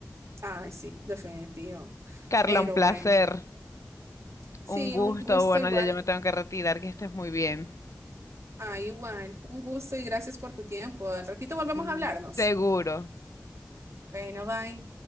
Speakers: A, on the right; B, on the left.
A: ay, sí, definitivo.
B: Carla,
A: Pero
B: un placer,
A: bueno, sí,
B: un gusto.
A: un gusto
B: Bueno,
A: igual.
B: ya yo me tengo que retirar, que estés muy bien.
A: Ah, igual. Un gusto y gracias por tu tiempo. Al ratito volvemos
B: sí
A: a hablarnos.
B: seguro
A: Bueno, bye.